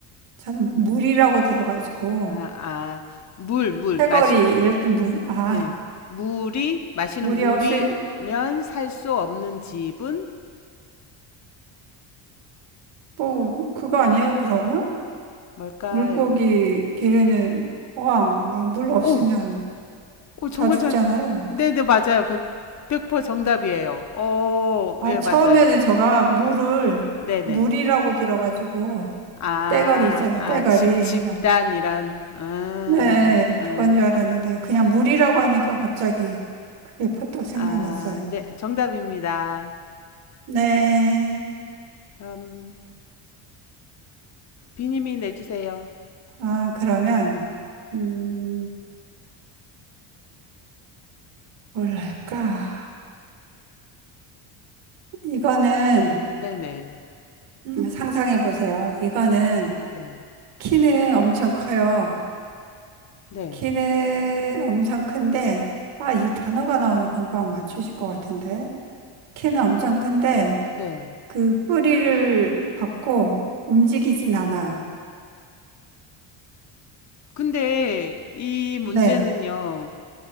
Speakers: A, on the right (about 70°); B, on the left (about 35°).
A: 저는 물이라고 들어가지고,
B: 아, 아, 물, 물
A: 패거리
B: 마시,
A: 이럴 때 물, 아,
B: 네, 물이 마시는
A: 물이
B: 물이면
A: 없으면
B: 살 수 없는 집은
A: 뭐, 그거 아니에요, 그러면?
B: 뭘까요?
A: 물고기 기르는 어항, 예, 물 없으면
B: 오, 어, 정말
A: 다 죽잖아요.
B: 잘. 네네, 맞아요. 100, 정답이에요. 어,
A: 아,
B: 예,
A: 처음에는
B: 맞아요.
A: 저가 물을,
B: 네네.
A: 물이라고 들어가지고,
B: 아,
A: 떼거리 있잖아요,
B: 아,
A: 떼거리.
B: 집, 집단이란,
A: 그래서,
B: 음,
A: 네,
B: 음,
A: 그건
B: 음.
A: 줄 알았는데, 그냥 물이라고 하니까 갑자기 그게 퍼뜩 생각났어요.
B: 아, 네, 정답입니다.
A: 네,
B: 음, 비님이 내주세요.
A: 아, 그러면, 음, 뭘할까? 이거는,
B: 네네. 네,
A: 음, 상상해 보세요. 이거는,
B: 네,
A: 키는 엄청 커요.
B: 네.
A: 키는 엄청 큰데, 아, 이 단어가 나오면 금방 맞추실 것 같은데. 키는 엄청 큰데,
B: 네.
A: 그 뿌리를 받고 움직이진 않아요.
B: 근데 이 문제는요,
A: 네,